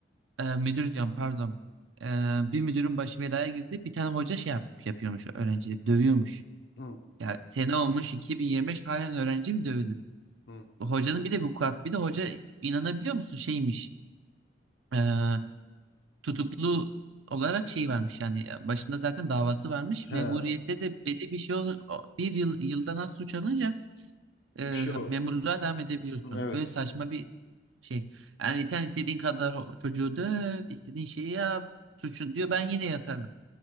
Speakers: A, on the right; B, on the left.
A: Eee, müdür diyorum pardon Eee, bir müdürün başı belaya girdi bir tane hoca şey yap, yapıyormuş öğrencileri dövüyormuş.
B: hı
A: Ya sene olmuş 2025 halen öğrenci mi dövülür?
B: hı.
A: Hocanın bir de vukuat bir de hoca inanabiliyor musun şeymiş eee, tutuklu olarak şey varmış yani başında zaten davası varmış
B: He,
A: memuriyette de belli bir şey olur bir yıl, yıldan az suç alınca e,
B: bir şey o.
A: memurluğa devam edebiliyorsun.
B: Evet.
A: Böyle saçma bir şey. Yani sen istediğin kadar o çocuğu döv, istediğin şeyi yap, suçun diyor ben yine yatarım.